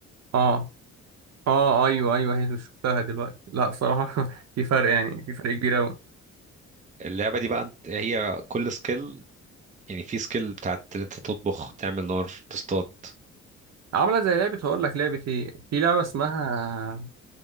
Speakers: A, on the right; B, on the right.
A: اه اه ايوه ايوه هي شفتها دلوقتي لا صراحه <laughs> في فرق يعني في فرق كبير قوي
B: اللعبه دي بقى انت- هي كل سكيل يعني في سكيل بتاعت ان انت تطبخ تعمل نار تصطاد
A: عامله زي لعبه هقول لك لعبه ايه في لعبه اسمها